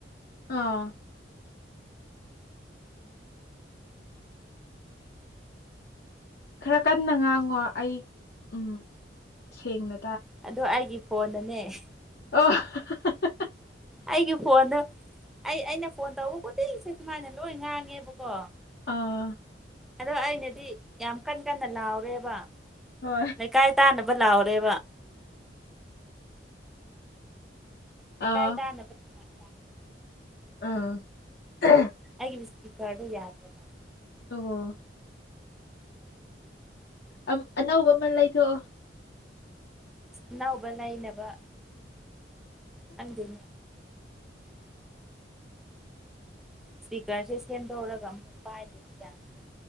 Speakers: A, on the left; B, in the centre.
A: ꯑꯥ ꯈꯔ ꯀꯟꯅ ꯉꯥꯡꯉꯣ ꯑꯩ ꯎꯝ ꯁꯦꯡꯅ
B: ꯑꯗꯣ ꯑꯩꯒꯤ ꯐꯣꯟꯅꯅꯦ ꯑꯍꯦ
A: ꯑꯍꯥ ꯍꯥ ꯍꯥ ꯍꯥ
B: ꯑꯩꯒꯤ ꯐꯣꯟꯗ ꯑꯩ ꯑꯩꯅ ꯐꯣꯟ ꯇꯧꯕ ꯈꯨꯗꯤꯡꯁꯦ ꯁꯨꯃꯥꯏꯅ ꯂꯣꯏ ꯉꯥꯡꯉꯦꯕꯀꯣ
A: ꯑꯥ
B: ꯑꯗꯣ ꯑꯩꯅꯗꯤ ꯌꯥꯝ ꯀꯟ ꯀꯟꯅ ꯂꯥꯎꯔꯦꯕ
A: ꯍꯣꯏ
B: ꯂꯩꯀꯥꯏ ꯇꯥꯅꯕ ꯂꯥꯎꯔꯦꯕ ꯂꯩꯀꯥꯏ
A: ꯑꯥ
B: ꯇꯥꯅꯕ ꯊꯕꯛ
A: ꯑꯥ ꯑꯝ
B: ꯑꯩꯒꯤ ꯋꯨꯏꯁꯄꯤꯀꯥꯔꯗꯣ ꯌꯥꯗꯔꯕ
A: ꯑꯣ ꯑꯝ ꯑꯅꯧꯕꯃ ꯂꯩꯊꯣꯛꯑꯣ
B: ꯑꯅꯧꯕ ꯂꯩꯅꯕ <inaudible> ꯍꯟꯗꯤ ꯏꯁꯄꯤꯀꯔꯁꯦ ꯁꯦꯝꯗꯧꯔꯒ ꯑꯃꯨꯛ ꯄꯥꯏꯕꯁꯨ ꯌꯥ꯭ꯔꯦ